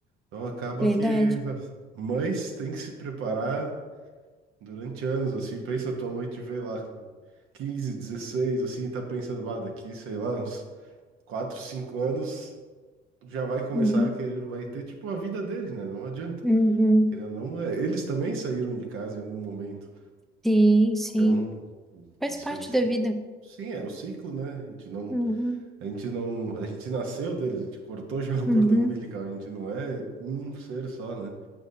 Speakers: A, on the right; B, in the centre.
A: Então acaba
B: verdade.
A: que as mães têm que se preparar durante anos, assim. Pensa, tua mãe te vê lá com 15, 16, assim, e tá pensando, ah, daqui, sei lá, uns 4, 5 anos já vai começar,
B: Uhum,
A: que vai ter, tipo, a vida deles, né? Não adianta.
B: uhum,
A: Querendo ou não, é, eles também saíram de casa em algum momento.
B: sim, sim.
A: Então,
B: Faz
A: isso
B: parte
A: aí, sim.
B: da vida.
A: Sim, é o ciclo, né? A gente não,
B: Uhum,
A: a gente não, a gente nasceu deles, a gente cortou já o
B: uhum,
A: cordão umbilical, a gente não é um ser só, né?